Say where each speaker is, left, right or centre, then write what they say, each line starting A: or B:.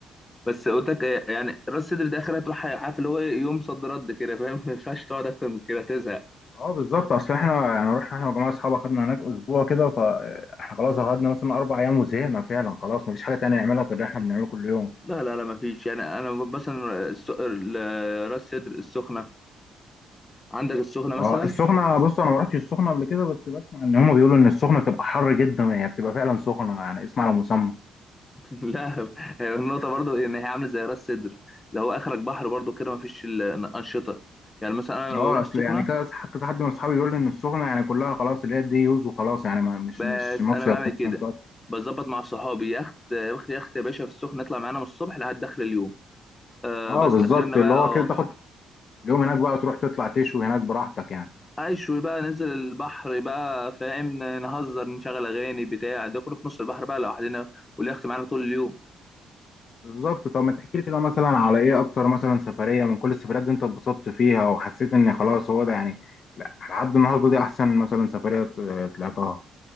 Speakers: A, on the left (about 20°); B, on the left (about 45°).
A: بس قلت لك ايه، يعني راس سدر ده اخرها تروح عارف اللي هو يوم صد رد كده فاهم <laughs> ما ينفعش تقعد اكتر من كده تزهق
B: اه بالظبط اصل احنا يعني رحنا احنا وجماعه اصحاب اخدنا هناك اسبوع كده فاحنا خلاص قعدنا مثلا اربع ايام وزهقنا فعلا خلاص مفيش حاجه تانية نعملها غير اللي احنا بنعمله كل يوم
A: لا لا لا ما فيش يعني انا مثلا الس- ال- راس سدر السخنه عندك السخنه مثلا
B: اه السخنه بص انا ما رحتش السخنه قبل كده بس بسمع ان هم بيقولوا ان السخنه بتبقى حر جدا يعني بتبقى فعلا سخنه يعني اسمع على مسمى
A: <laughs> لا هي النقطة برضو إن هي عاملة زي راس سدر ده هو آخرك بحر برضو كده مفيش الأنشطة يعني مثلا أنا
B: اه
A: لما بروح
B: اصل
A: السخنة
B: يعني كذا كذا حد من اصحابي بيقول لي ان السخنه يعني كلها خلاص اللي هي دي يوز وخلاص يعني ما مش
A: بس
B: مش مصيف
A: أنا بعمل كده
B: مثلا تقعد-
A: بظبط مع صحابي يخت يخت يخت يا باشا في السخنة يطلع معانا من الصبح لحد آخر اليوم آه
B: اه
A: بس
B: بالظبط
A: آخرنا
B: اللي
A: بقى
B: هو
A: أه
B: كده تاخد اليوم هناك بقى وتروح تطلع تشوي هناك براحتك يعني
A: أشوي بقى ننزل البحر بقى فاهم نهزر نشغل أغاني بتاع ده كله في نص البحر بقى لوحدنا واليخت معانا طول اليوم
B: بالظبط طب ما تحكي لي كده مثلا على ايه اكتر مثلا سفريه من كل السفريات دي انت اتبسطت فيها وحسيت ان خلاص هو ده يعني لا لحد النهارده دي احسن مثلا سفريه ط- طلعتها